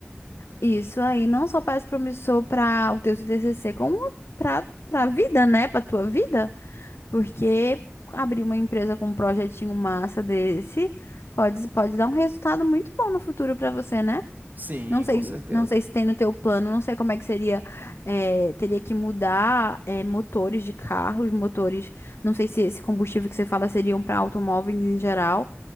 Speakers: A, on the left; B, on the right.
A: isso aí não só parece promissor para o teu TCC, como para para vida, né? Para tua vida, porque abrir uma empresa com um projetinho massa desse pode pode dar um resultado muito bom no futuro para você, né?
B: Sim,
A: Não sei,
B: com certeza.
A: não sei se tem no teu plano, não sei como é que seria. eh, teria que mudar, eh, motores de carros, motores. Não sei se esse combustível que você fala seriam para automóveis em geral.